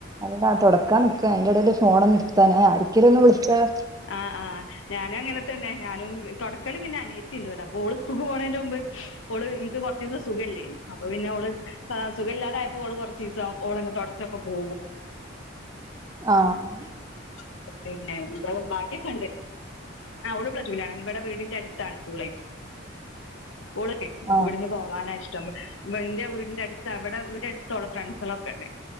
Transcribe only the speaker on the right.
അല്ല തുടക്കാൻ നിക്കാ അയിന്റെ ഇടയില് ഫോൺ ഒന്ന് എടുത്താനേ, ആരെങ്കിലും ഒന്ന് വിളിച്ചാലോ?
ആഹ്
ആ